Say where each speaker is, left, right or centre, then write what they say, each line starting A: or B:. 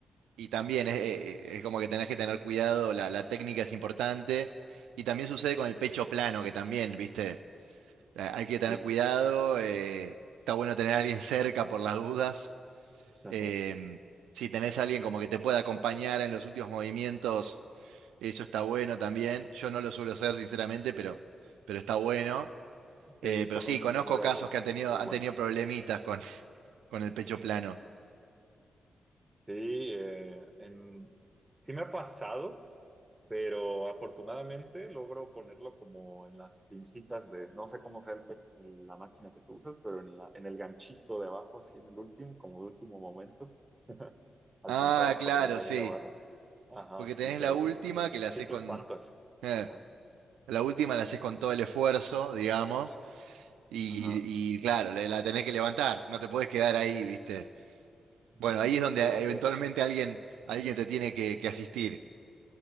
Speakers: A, on the right (about 90°); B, on the right (about 20°).
A: y también es, es- es como que tenés que tener cuidado. La, la técnica es importante. Y también sucede con el pecho plano, que también, ¿viste? Ha- Hay que tener
B: sí.
A: cuidado. eh, está bueno tener a alguien cerca por las dudas.
B: O sea,
A: Em, si tenés a alguien como que te pueda acompañar en los últimos movimientos Eso está bueno también. Yo no lo suelo hacer, sinceramente, pero, pero está bueno.
B: sí,
A: Eh,
B: ir con
A: pero sí,
B: un
A: conozco
B: gym bro
A: casos
B: es
A: que han tenido,
B: muy
A: han
B: bueno.
A: tenido problemitas con, <laughs> con el pecho
B: Ujú.
A: plano.
B: Sí, eh, en- sí me ha pasado pero afortunadamente logro ponerlo como en las pincitas de, no sé cómo sea el pe- la máquina que tú usas, pero en la, en el ganchito de abajo, así en el último, como de último momento, alcanzar
A: Ah,
B: a colgar
A: claro,
B: ahí
A: sí.
B: la barra. Ajá,
A: Porque
B: sí,
A: tenés
B: pero
A: la última
B: sí se siente,
A: que la
B: sí
A: haces
B: te
A: con.
B: espantas.
A: eh,
B: Ajá,
A: la última la haces con todo el esfuerzo, digamos. Y,
B: ajá.
A: y claro, la, la tenés que levantar. No te podés quedar ahí, ¿viste?
B: <laughs>
A: Bueno, ahí es donde
B: Pero
A: eh, eventualmente
B: pues,
A: alguien, alguien te tiene que, que asistir.